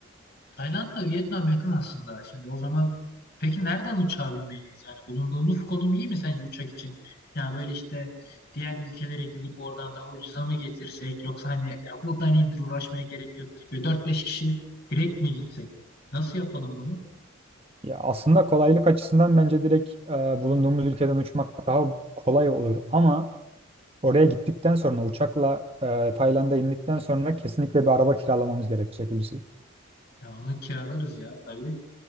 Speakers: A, on the left (about 50°); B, on the right (about 25°).
A: Tayland'la Vietnam yakın aslında. Şimdi o zaman peki nereden uçağa binmeliyiz? Yani bulunduğumuz konum iyi mi sence uçak için? Ya böyle işte diğer ülkelere gidip oradan daha ucuza mı getirsek yoksa hani ya buradan iyidir uğraşmaya gerek yok gibi Dört beş kişi direkt mi gitsek? Nasıl yapalım bunu?
B: Ya aslında kolaylık açısından bence direkt e, bulunduğumuz ülkeden uçmak daha kolay olur ama Oraya gittikten sonra uçakla e, Tayland'a indikten sonra kesinlikle bir araba kiralamamız gerekecek Hulusi.
A: Ya onu kiralarız ya tabii.